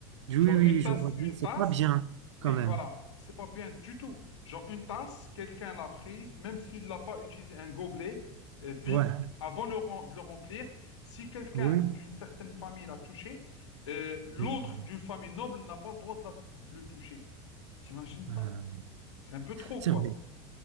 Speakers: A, on the right; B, on the left.
A: Oui,
B: Genre
A: oui, oui,
B: une tasse,
A: je vois bien,
B: une
A: c'est
B: tasse,
A: pas bien quand
B: oui,
A: même.
B: voilà, c'est pas bien du tout. Genre une tasse, quelqu'un l'a prise, même s'il l'a pas utilisé un gobelet euh, vide
A: Ouais,
B: avant le rem- de le remplir, si quelqu'un
A: oui.
B: d'une certaine famille l'a touché, euh, l'autre
A: oui.
B: d'une famille noble n'a pas le droit de, la- de le toucher. T'imagines ça?
A: Euh,
B: C'est un peu trop,
A: c'est
B: quoi.
A: vrai.